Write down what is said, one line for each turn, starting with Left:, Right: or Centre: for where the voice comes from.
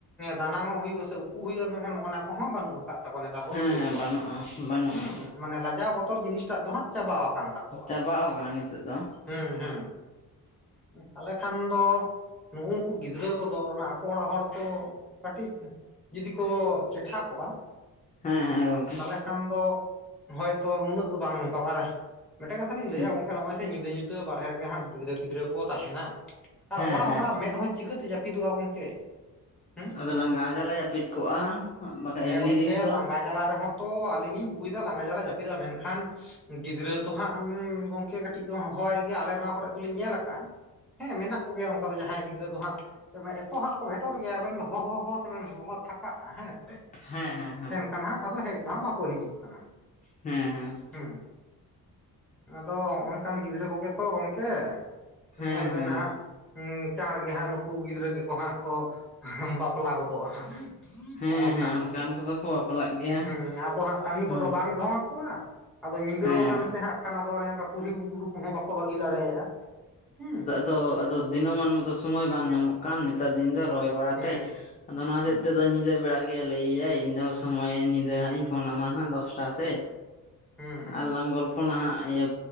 Centre: ᱫᱟᱱᱟᱝ ᱚ ᱦᱩᱭᱩᱜᱼᱟ ᱩᱠᱩ ᱦᱩᱭᱩᱜᱼᱟ ᱢᱮᱱᱠᱷᱟᱱ ᱚᱱᱟ ᱠᱚᱦᱚᱸ ᱵᱟᱹᱱᱩᱜᱼᱟ᱾ ᱠᱟᱜ ᱛᱟᱠᱚ ᱱᱮᱛᱟᱨ ᱠᱚ
Left: ᱦᱮᱸ
Centre: ᱜᱤᱫᱽᱨᱟᱹ
Left: ᱦᱮᱸ
Centre: ᱠᱚᱣᱟᱜ
Left: ᱵᱟᱹᱱᱩᱜᱼᱟ
Centre: ᱫᱚ᱾
Left: ᱵᱟᱹᱱᱩᱜᱼᱟ
Centre: ᱦᱩᱸ, ᱢᱟᱱᱮ ᱞᱟᱡᱟᱣ ᱵᱚᱛᱚᱨ ᱡᱤᱱᱤᱥᱴᱟᱜ ᱫᱚ ᱦᱟᱸᱜ ᱪᱟᱵᱟ ᱟᱠᱟᱱ ᱛᱟᱠᱚᱣᱟ᱾
Left: ᱪᱟᱵᱟᱣ ᱟᱠᱟᱱᱟ ᱱᱤᱛᱚᱜ ᱫᱚ᱾
Centre: ᱦᱩᱸ ᱦᱩᱸ, ᱛᱟᱦᱞᱮ ᱠᱷᱟᱱ ᱫᱚ ᱱᱩᱜ-ᱩᱝᱠᱩ ᱜᱤᱫᱽᱨᱟᱹ ᱠᱚᱫᱚ ᱚᱱᱟ ᱟᱠᱚ ᱚᱲᱟᱜ ᱦᱚᱲ ᱠᱚ ᱠᱟᱹᱴᱤᱡ ᱡᱩᱫᱤ ᱠᱚ ᱪᱮᱴᱷᱟ ᱠᱚᱜ-ᱟ
Left: ᱦᱮᱸ ᱦᱮᱸ ᱜᱚᱝᱠᱮ
Centre: ᱛᱟᱦᱞᱮ ᱠᱷᱟᱱ ᱫᱚ ᱦᱚᱭᱛᱚ ᱱᱩᱱᱟᱹᱜ ᱫᱚ ᱵᱟᱝ ᱱᱚᱝᱠᱟ ᱠᱚᱜ-ᱟ, ᱟᱨ ᱢᱮᱫᱴᱮᱱ ᱠᱟᱛᱷᱟ ᱞᱤᱧ ᱞᱟᱹᱭᱟ
Left: ᱦᱩᱸ
Centre: ᱜᱚᱝᱠᱮ ᱱᱚᱜᱼᱚᱭ ᱥᱮ ᱧᱤᱫᱟᱹ ᱧᱩᱤᱫᱟᱹ ᱵᱟᱨᱦᱨᱮ ᱨᱮᱜᱮ ᱦᱟᱸᱜ ᱜᱤᱫᱽᱨᱟᱹ ᱯᱤᱫᱽᱨᱟᱹ ᱠᱚ ᱛᱟᱸᱦᱮᱱᱟ᱾ ᱟᱨ
Left: ᱦᱮᱸ
Centre: ᱚᱲᱟᱜ
Left: ᱦᱮᱸ
Centre: ᱦᱚᱲᱟᱜ ᱢᱮᱸᱫ ᱦᱚᱸ ᱪᱤᱠᱟᱹᱛᱮ ᱡᱟᱹᱯᱤᱫᱚᱜ-ᱟ ᱜᱚᱝᱠᱮ᱾ ᱦᱩᱸ
Left: ᱟᱫᱚ ᱞᱟᱸᱜᱟ ᱡᱟᱞᱟ ᱡᱟᱹᱯᱤᱫ ᱠᱚᱜ-ᱟ, ᱵᱟᱠᱷᱟᱡ ᱮᱢᱱᱤ
Centre: ᱮ ᱜᱚᱝᱠᱮ
Left: ᱫᱤᱱ ᱫᱚ
Centre: ᱞᱟᱸᱜᱟ ᱡᱟᱞᱟ ᱨᱮᱦᱚᱸ ᱛᱚ ᱟᱞᱤᱧ ᱞᱤᱧ ᱵᱩᱡᱽᱫᱟ ᱞᱟᱸᱜᱟ ᱡᱟᱞᱟ ᱡᱟᱹᱯᱤᱫᱚᱜ-ᱟ ᱢᱮᱱᱠᱷᱟᱱ ᱜᱤᱫᱽᱨᱟᱹ ᱛᱚ ᱦᱟᱸᱜ ᱟᱢᱻ ᱜᱚᱝᱠᱮ ᱠᱟᱹᱴᱤᱡ ᱫᱚ ᱦᱚᱦᱚᱭ ᱜᱮᱭᱟ ᱟᱞᱮ ᱱᱚᱣᱟ ᱠᱚᱨᱮ ᱫᱚᱞᱤᱧ ᱧᱮᱞ ᱟᱠᱟᱜ-ᱟ᱾ ᱦᱮᱸ ᱢᱮᱱᱟᱜ ᱠᱚᱜᱮᱭᱟ ᱚᱱ ᱠᱟ ᱫᱚ ᱦᱟᱸᱜ ᱡᱟᱦᱟᱸᱭ ᱜᱤᱫᱽᱨᱟᱹ ᱫᱚ ᱦᱟᱸᱜ, ᱮᱛᱚ ᱦᱟᱸᱜ ᱠᱚ ᱵᱷᱴᱚᱨ ᱜᱮᱭᱟ ᱟᱵᱮᱱ ᱫᱚ ᱦᱚ ᱦᱚ ᱛᱮᱵᱮᱱ ᱦᱚ ᱦᱚ ᱯᱷᱟᱠᱟᱜ-ᱟ ᱦᱮᱸ ᱥᱮ᱾
Left: ᱦᱮᱸ ᱦᱮᱸ ᱦᱮᱸ᱾
Centre: ᱠᱟᱱᱟ ᱦᱟᱸᱜ ᱟᱫᱚ ᱦᱮᱡ ᱫᱚ ᱦᱟᱸᱜ ᱵᱟᱠᱚ ᱦᱤᱡᱩᱜ ᱠᱟᱱᱟ᱾
Left: ᱦᱩᱸ ᱦᱩᱸ᱾
Centre: ᱦᱩᱸ᱾ ᱟᱫᱚ ᱦᱚᱸᱜ-ᱚᱱᱠᱟᱱ ᱜᱤᱫᱽᱨᱟᱹ ᱠᱚᱜᱮ ᱛᱚ ᱜᱚᱝᱠᱮ
Left: ᱦᱮᱸ ᱦᱮᱸ
Centre: ᱧᱮᱞ ᱵᱮᱱ
Left: ᱦᱮᱸ
Centre: ᱱᱟᱜ ᱪᱟᱬ ᱜᱮ ᱦᱟᱸᱜ ᱱᱩᱠᱩ ᱜᱤᱫᱽᱨᱟᱹ ᱜᱮᱠᱚ ᱦᱟᱸᱜ ᱠᱚ ᱵᱟᱯᱞᱟ ᱜᱚᱫᱚᱜ-ᱟ ᱦᱟᱸᱜ᱾
Left: ᱦᱮᱸ
Centre: ᱦᱚᱸᱜ-ᱚᱱ
Left: ᱦᱮᱸ
Centre: ᱠᱟᱱ
Left: ᱚᱱᱠᱟᱱ
Centre: ᱠᱚᱜᱮ
Left: ᱠᱚᱫᱚ ᱠᱚ ᱵᱟᱯᱞᱟᱜ ᱜᱮᱭᱟ
Centre: ᱦᱩᱸ᱾ ᱟᱫᱚ ᱦᱟᱸᱜ ᱠᱟᱹᱢᱤ
Left: ᱦᱮᱸ
Centre: ᱠᱚᱫᱚ ᱵᱟᱝ ᱫᱷᱚᱝ ᱟᱠᱚᱣᱟ᱾ ᱟᱫᱚ ᱧᱤᱫᱟᱹ
Left: ᱦᱮᱸ
Centre: ᱟᱠᱟᱱ ᱥᱮ ᱦᱟᱸᱜ ᱠᱷᱟᱱ ᱟᱫᱚ ᱚᱱᱮ ᱚᱝᱠᱟ ᱠᱩᱞᱦᱤ ᱩᱰᱩᱠ ᱠᱚᱦᱚᱸ ᱵᱟᱠᱚ ᱵᱟᱹᱜᱤ ᱫᱟᱲᱮᱭᱟᱜ-ᱟ ᱦᱩᱸ᱾
Left: ᱛᱚ, ᱟᱫᱚ ᱫᱤᱱᱟᱹᱢᱟᱱ ᱢᱚᱛᱚ ᱥᱚᱢᱚᱭ ᱵᱟᱝ ᱧᱟᱢᱚᱜ ᱠᱟᱱ ᱱᱮᱛᱟᱨ ᱫᱤᱱ ᱫᱚ ᱨᱚᱦᱚᱭ ᱵᱟᱲᱟ
Centre: ᱦᱩᱸ
Left: ᱛᱮ, ᱟᱫᱚ ᱚᱱᱟ ᱦᱚᱛᱮᱡ
Centre: ᱦᱩᱸ
Left: ᱛᱮᱫᱚ ᱞᱤ ᱧᱤᱫᱟᱹ ᱵᱮᱲᱟ ᱜᱮ ᱞᱟᱹᱭᱟᱭ ᱤᱧ ᱫᱚ ᱥᱚᱢᱚᱭ ᱧᱤᱫᱟᱹ ᱦᱟᱸᱜ ᱤᱧ ᱯᱷᱳᱱᱟᱢᱟ ᱦᱟᱸᱜ ᱫᱚᱥᱴᱟ ᱥᱮᱡ᱾
Centre: ᱦᱩᱸ ᱦᱩᱸ᱾
Left: ᱟᱨ ᱞᱟᱝ ᱜᱚᱞᱯᱷᱚᱱᱟ ᱦᱟᱸᱜ ᱤᱭᱟᱹ